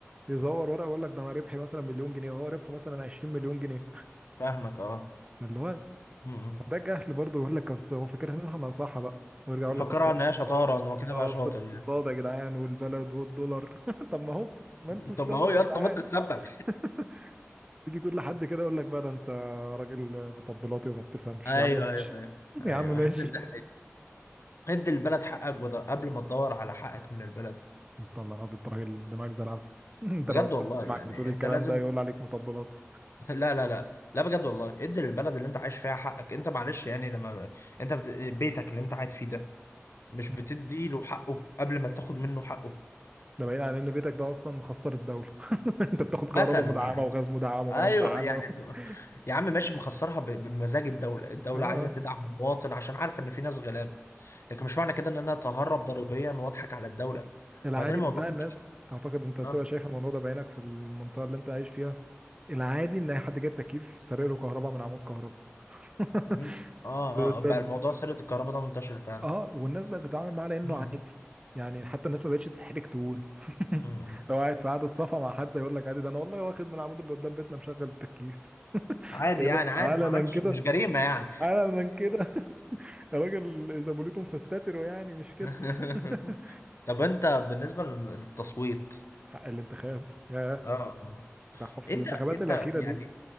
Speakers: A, on the right (about 20°); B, on the left (about 65°).
A: يزور ورقة يقول لك ده أنا ربحي مثلا مليون جنيه وهو ربحه مثلا 20 مليون جنيه
B: فاهمك اه
A: اللي هو
B: آه، آه.
A: ده جهل برضه يقول لك أصل هو فاكر إن إحنا صح بقى ويرجع يقول
B: مفكرها
A: لك أصل الاقتصاد
B: ان هي شطاره ان هو كده
A: أصل
B: بقى شاطر
A: الاقتصاد
B: يعني
A: يا جدعان والبلد والدولار <laughs> طب ما هو ما
B: <laughs>
A: أنتوا السبب
B: طب ما هو يا
A: يا جدعان
B: اسطى ما انت السبب
A: <laughs> تيجي تقول لحد كده يقول لك بقى ده انت راجل مطبلاتي وما بتفهمش
B: <laughs> ايوه
A: يا عم ماشي
B: ايوه ايوه
A: يا
B: ايوه
A: عم ماشي
B: <laughs> ده ادي البلد حقك بدل- قبل ما تدور على حقك من البلد
A: انت الله العظيم انت راجل دماغك زي العسل <laughs> انت
B: بجد
A: لو
B: والله
A: حد سمعك
B: يعني
A: بتقول الكلام
B: انت لازم
A: ده يقول عليك مطبلاتي
B: <laughs> لا لا لا لا بجد والله ادي للبلد اللي انت عايش فيها حقك انت معلش يعني لما انت بت... بيتك اللي انت قاعد فيه ده مش
A: <laughs>
B: بتدي له حقه قبل ما تاخد منه حقه
A: ده بعيد عن ان بيتك ده اصلا مخسر الدوله <laughs> انت بتاخد كهرباء
B: مثلا
A: مدعمه
B: يعني
A: وغاز مدعم وميه
B: ايوه
A: مدعمه
B: يعني
A: <laughs>
B: يا عم ماشي مخسرها ب... بمزاج الدوله الدوله
A: اه
B: عايزه تدعم المواطن عشان عارفه ان في ناس غلاب لكن مش معنى كده ان انا اتهرب ضريبيا واضحك على الدوله
A: العادي
B: وبعدين الموضوع
A: بتاع
B: مش
A: الناس اعتقد انت بتبقى
B: آه.
A: شايف الموضوع ده بعينك في المنطقه اللي انت عايش فيها العادي ان اي حد جايب تكييف سارق له كهرباء من عمود كهرباء <laughs>
B: مم. اه اه
A: ده,
B: آه. بقى
A: ده
B: الموضوع سيرة الكهرباء ده منتشر فعلا
A: اه والناس بقت بتتعامل معاه لانه
B: مم.
A: عادي يعني حتى الناس ما بقتش تتحرج تقول <laughs>
B: مم.
A: لو قاعد في قعده صفا مع حد يقول لك عادي ده انا والله واخد من العمود اللي قدام بيتنا مشغل التكييف
B: عادي
A: ايه
B: يعني
A: ده
B: عادي
A: علنا
B: ما عملتش
A: كده
B: مش جريمة يعني
A: علنا كده <laughs> ده راجل اذا بوليتم فاستتروا يعني مش كده
B: <laughs>
A: <laughs>
B: طب انت بالنسبة للتصويت
A: حق الانتخاب يا
B: اه
A: ده في
B: انت
A: الانتخابات
B: انت
A: الاخيره
B: يعني
A: دي